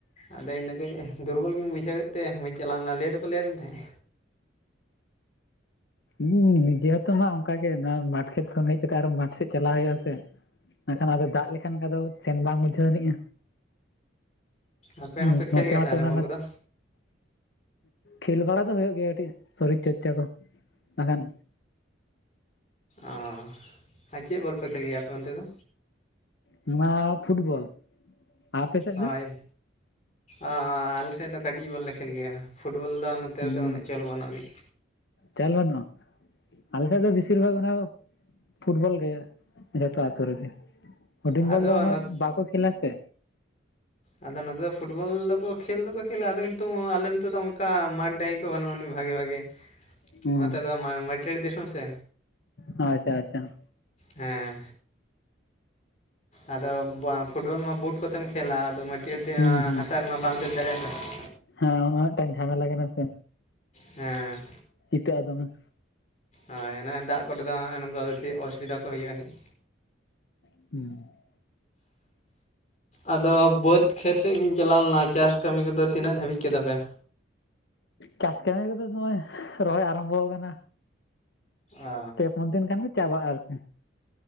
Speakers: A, on the left; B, on the left.
A: ᱟᱫᱚ ᱤᱧᱫᱚ ᱠᱟᱹᱡ ᱫᱩᱨᱵᱚᱞ ᱜᱤᱧ ᱵᱩᱡᱷᱟᱹᱣᱮᱫ ᱛᱮ ᱵᱟᱹᱧ ᱪᱟᱞᱟᱣᱱᱟ᱾ ᱱᱟ ᱞᱟᱹᱭ ᱫᱚᱠᱚ ᱞᱟᱹᱭᱟᱫᱤᱧ ᱛᱟᱦᱮᱸᱫ᱾
B: ᱦᱩᱸ ᱱᱤᱡᱮ ᱦᱚᱸᱛᱚ ᱢᱟ ᱚᱱᱠᱟ ᱜᱮ ᱱᱚᱣᱟ ᱢᱟᱴᱷ ᱠᱷᱮᱛ ᱠᱷᱚᱱ ᱦᱮᱡ ᱠᱟᱛᱮ ᱟᱨᱦᱚᱸ ᱢᱟᱴᱷ ᱥᱮᱫ ᱪᱟᱞᱟᱭ ᱦᱳᱭᱳᱜ ᱟ ᱥᱮ᱾ ᱱᱟᱜᱠᱷᱟᱱ ᱟᱫᱚ ᱫᱟᱜ ᱞᱮᱠᱷᱟᱱ ᱜᱮ ᱟᱫᱚ ᱥᱮᱱ ᱵᱟᱝ ᱵᱩᱡᱷᱟᱹᱣ ᱟᱱᱤᱡᱼᱟ᱾
A: ᱟᱯᱮ
B: ᱦᱩ
A: ᱦᱚᱸᱯᱮ ᱠᱷᱮᱞ
B: ᱱᱚᱛᱮ
A: ᱜᱮᱭᱟ
B: ᱢᱟᱛᱚ
A: ᱛᱟᱦᱚᱞᱮ
B: ᱮᱱᱚᱜ
A: ᱵᱚᱞ ᱠᱚᱫᱚ
B: ᱠᱷᱮᱞ ᱵᱟᱲᱟ ᱫᱚ ᱦᱳᱭᱳᱜ ᱜᱮᱭᱟ ᱠᱟᱹᱴᱤᱡ ᱥᱚᱨᱤᱨ ᱪᱚᱨᱪᱟ ᱠᱚ᱾ ᱱᱟᱜᱠᱷᱟᱱ
A: ᱚᱻ᱾ ᱟᱨ ᱪᱮᱜ ᱵᱚᱞ ᱯᱮ ᱠᱷᱮᱞ ᱜᱮᱭᱟ ᱟᱯᱮ ᱚᱱᱛᱮ ᱫᱚ?
B: ᱱᱚᱣᱟ ᱯᱷᱩᱴᱵᱚᱞ᱾ ᱟᱯᱮ ᱥᱮᱫ
A: ᱦᱳᱭ᱾
B: ᱫᱚ
A: ᱟ ᱟᱞᱮᱥᱮᱫ ᱫᱚ ᱠᱟᱹᱴᱤᱡ ᱵᱚᱞ ᱞᱮ ᱠᱷᱮᱞ ᱜᱮᱭᱟ᱾ ᱯᱷᱩᱴᱵᱚᱞ ᱫᱚ ᱦᱟᱱᱮ ᱱᱚᱛᱮ
B: ᱦᱩᱸ
A: ᱨᱮᱫᱚ ᱩᱱᱟᱹᱜ ᱪᱚᱞ ᱵᱟᱹᱱᱩᱜ ᱟᱹᱱᱤᱡ
B: ᱪᱟᱞ ᱵᱟᱹᱱᱩᱜᱼᱟ ᱟᱞᱮ ᱥᱮᱫ ᱫᱚ ᱵᱮᱥᱤᱨ ᱵᱷᱟᱜᱽ ᱚᱱᱟ ᱯᱷᱩᱴᱵᱚᱞ ᱜᱮ ᱡᱷᱚᱛᱚ ᱟᱛᱳ ᱨᱮᱜᱮ᱾ ᱦᱩᱰᱤᱝ
A: ᱟᱫᱚ
B: ᱵᱚᱞ ᱫᱚ ᱩᱱᱟᱹᱜ
A: ᱱᱚᱛ
B: ᱵᱟᱠᱚ ᱠᱷᱮᱞᱟ ᱥᱮ᱾
A: ᱟᱫᱚ ᱱᱚᱛᱮ ᱫᱚ ᱯᱷᱩᱴᱵᱚᱞ ᱫᱚᱠᱚ ᱠᱷᱮᱞ ᱫᱚᱠᱚ ᱟᱫᱚ ᱠᱤᱱᱛᱩ ᱟᱞᱮ ᱱᱚᱛᱮ ᱫᱚ ᱚᱱᱠᱟ ᱢᱟᱴᱷ ᱰᱟᱺᱦᱤ ᱠᱚ ᱵᱟᱹᱱᱩᱜ ᱟᱹᱱᱤᱡ ᱵᱷᱟᱜᱮ ᱵᱷᱟᱜᱮ᱾
B: ᱦᱩᱸ
A: ᱱᱚᱛᱮ ᱫᱚ ᱢᱟ-ᱢᱟᱹᱴᱩᱭᱟᱹᱲ ᱫᱤᱥᱚᱢ ᱥᱮ᱾
B: ᱟᱪᱪᱷᱟ ᱟᱪᱪᱷᱟ
A: ᱦᱮᱸ᱾ ᱟᱫᱚ ᱵᱟ ᱯᱷᱩᱴᱵᱚᱞ ᱢᱟ ᱵᱩᱴ ᱠᱚᱛᱮᱢ ᱠᱷᱮᱞᱟ, ᱟᱫᱚ ᱢᱟᱹᱴᱤᱭᱟᱹᱲ
B: ᱦᱩᱸ ᱦᱩᱸ
A: ᱦᱟᱥᱟ ᱨᱮᱢᱟ ᱵᱟᱢ ᱫᱟᱹᱲ ᱫᱟᱲᱮᱭᱟᱜᱼᱟ ᱥᱮ᱾
B: ᱦᱮᱸ ᱚᱱᱟ ᱢᱤᱫᱴᱟᱝ ᱡᱷᱟᱢᱮᱞᱟ ᱠᱟᱱᱟ ᱥᱮ᱾
A: ᱦᱮᱸ᱾
B: ᱪᱤᱴᱟᱹᱜ-ᱟ ᱫᱚᱢᱮ᱾
A: ᱦᱳᱭ ᱚᱱᱮ ᱫᱟᱜ ᱠᱚᱨᱮ ᱫᱚ ᱱᱚ-ᱚᱭ ᱱᱚᱝᱠᱟ ᱚᱥᱩᱵᱤᱫᱷᱟ ᱠᱚ ᱦᱩᱭᱩᱜ ᱟᱹᱱᱤᱡ᱾
B: ᱦᱮᱸ᱾
A: ᱟᱫᱚ ᱵᱟᱹᱫᱽ ᱠᱷᱮᱛ ᱥᱮᱫ ᱵᱤᱱ ᱪᱟᱞᱟᱣ ᱞᱮᱱᱟ ᱪᱟᱥ ᱠᱟᱹᱢᱤ ᱠᱚᱫᱚ ᱛᱤᱱᱟᱹᱜ ᱫᱷᱟᱹᱵᱤᱡ ᱠᱮᱫᱟ ᱯᱮ?
B: ᱪᱟᱥ ᱠᱟᱹᱢᱤ ᱠᱚᱫᱚ ᱱᱚᱜᱼᱚᱭ ᱨᱚᱦᱚᱭ ᱟᱨᱟᱢᱵᱣ ᱟᱠᱟᱱᱟ᱾
A: ᱚ
B: ᱯᱮ ᱯᱩᱱ ᱫᱤᱱ ᱠᱷᱟᱱᱜ ᱪᱟᱵᱟᱜᱼᱟ ᱟᱨᱠᱤ᱾